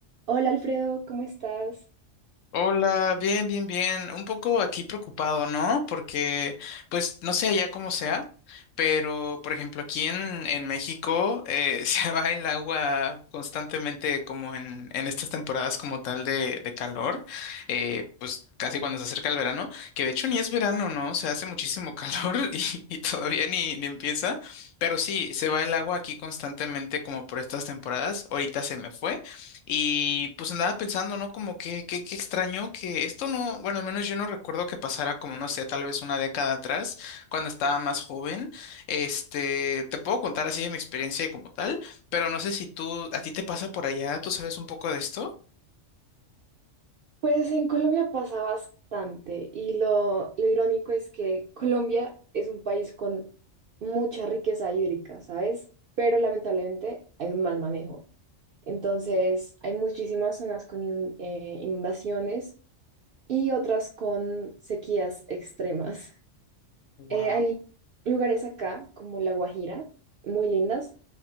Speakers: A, on the right; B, on the left.
A: Hola Alfredo, ¿cómo estás?
B: Hola, bien, bien, bien. Un poco aquí preocupado, ¿no? Porque, pues, no sé allá cómo sea, pero, por ejemplo, aquí en, en México eh, <laughs> se va el agua constantemente como en, en estas temporadas como tal de, de calor, eh, pues casi cuando se acerca el verano, que de hecho ni es verano, ¿no? Se hace muchísimo calor <laughs> y, y todavía ni, ni empieza, pero sí, se va el agua aquí constantemente como por estas temporadas. Ahorita se me fue. Y pues andaba pensando, ¿no? Como que, que, que extraño que esto no, bueno, al menos yo no recuerdo que pasara como, no sé, tal vez una década atrás, cuando estaba más joven. Este, te puedo contar así de mi experiencia como tal, pero no sé si tú, a ti te pasa por allá, ¿tú sabes un poco de esto?
A: Pues en Colombia pasa bastante y lo, lo irónico es que Colombia es un país con mucha riqueza hídrica, ¿sabes? Pero lamentablemente hay un mal manejo. Entonces hay muchísimas zonas con inun- eh, inundaciones y otras con sequías extremas. <laughs>
B: Wow,
A: Eh, hay lugares acá como La Guajira, muy lindas,